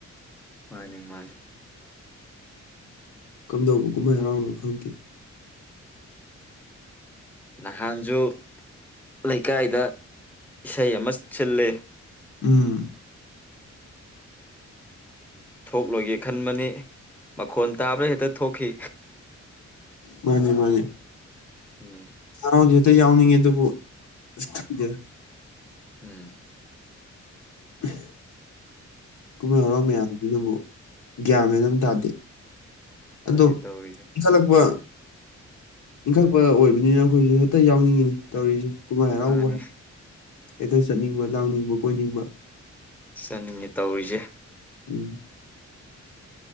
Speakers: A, in the centre; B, on the left.
A: ꯃꯥꯅꯦ ꯃꯥꯅꯦ
B: ꯀꯝꯗꯧꯕ ꯀꯨꯝꯍꯩ ꯍꯔꯥꯎꯅꯣ ꯈꯪꯗꯦ
A: ꯅꯍꯥꯟꯖꯨ ꯂꯩꯀꯥꯏꯗ ꯏꯁꯩ ꯑꯃ ꯁꯤꯜꯂꯦ
B: ꯎꯝ
A: ꯊꯣꯛꯂꯣꯏꯒꯦ ꯈꯟꯕꯅꯤ ꯃꯈꯣꯟ ꯇꯥꯕ꯭ꯔꯥ ꯍꯦꯛꯇ ꯊꯣꯛꯈꯤ
B: ꯃꯥꯅꯦ ꯃꯥꯅꯦ
A: ꯎꯝ
B: ꯍꯥꯎꯖꯦ ꯗ ꯌꯥꯎꯅꯤꯡꯉꯦ ꯑꯗꯨꯕꯨ ꯑꯁ ꯈꯪꯗꯦꯗ
A: ꯎꯝ
B: <inaudible> ꯀꯨꯝꯍꯩ ꯍꯔꯥꯎ ꯃꯌꯥꯝꯖꯤꯅꯕꯨꯨ ꯒ꯭ꯌꯥꯟ ꯃꯦꯟ ꯑꯝ ꯇꯥꯗꯦ
A: ꯇꯥꯗꯦ
B: ꯑꯗꯣ
A: ꯇꯧꯔꯤꯁꯦ
B: ꯏꯪꯈꯠꯂꯛꯄ ꯏꯟꯈꯠꯄ ꯑꯣꯏꯕꯅꯤꯅ ꯑꯈꯣꯏꯁꯨ ꯍꯦꯛꯇ ꯌꯥꯎꯅꯤꯡꯉꯤꯅꯦ ꯇꯧꯔꯤꯖꯦ ꯀꯨꯃꯩꯏ ꯍꯔꯥꯎꯕꯨ
A: ꯃꯥꯅꯤ
B: ꯍꯥꯏ ꯍꯦꯛꯇ ꯆꯠꯅꯤꯡꯕ ꯂꯥꯡꯅꯤꯡꯕ ꯀꯣꯏꯅꯤꯡꯕ
A: ꯆꯅꯤꯡꯉꯦ ꯇꯧꯔꯤꯖꯦ
B: ꯎꯝ